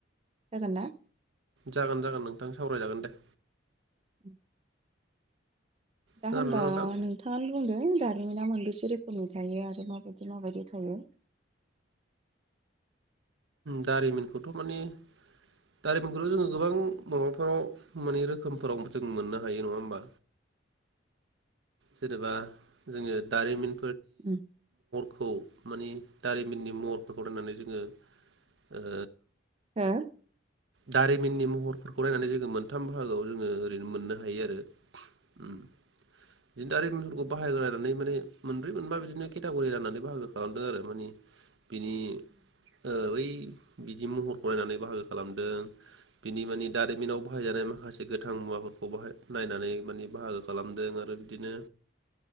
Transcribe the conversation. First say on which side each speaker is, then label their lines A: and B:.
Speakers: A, on the right (about 35°); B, on the right (about 70°).
A: जागोन ना
B: जागोन जागोन नोंथां सावरायजागोन दे
A: <unintelligible> दा
B: खोनादोंना
A: होनबा
B: नोंथां
A: नोंथाङानो बुंदो दा रिमिना मोनबेसे रोखोमनि थायो आरो माबायदि माबायदि थायो
B: दारिमिनखौथ' माने दारिमिनखौथ' जोङो गोबां माबाफोराव माने रोखोमफोराव जों मोननो हायो नङा होमबा जेनेबा जोंङो दारिमिन
A: उ
B: खौ माने दारिमिननि महरफोरखौ नायनानै जोङो ओ
A: हो
B: दारिमिननि महरफोरखौ नायनानै जोङो मोनथाम बाहागोआव जोङो ओरैनो मोननो हायो
A: हो
B: आरो उम बिदिनो दारिमिनफोरखौ बाहागो राननानै माने मोनब्रै मोनबा बिदिनो केटागरि राननानै बाहागो खालामदों आरो माने बिनि ओ बै बिदि महर नायनानै बाहागोखौ खालामदों बिनि माने दारिमिनाव बाहायजानाय माखासे गोथां मुवाफोरखौ बाहाय नायनानै माने बाहागो खालामदों आ बिदिनो